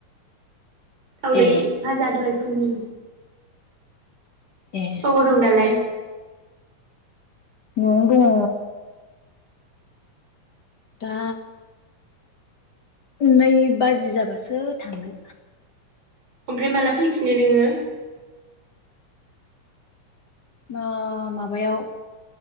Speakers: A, on the right (about 55°); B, on the left (about 35°).
A: दावदै
B: ए
A: भाजा दहाय फुंनि
B: ए
A: अबाव दं दालाय
B: न'आवनो दङ दा नै बाजि जाबासो थांगोन
A: ओमफ्राय माला फैफिनो नोङो
B: ओ माबायाव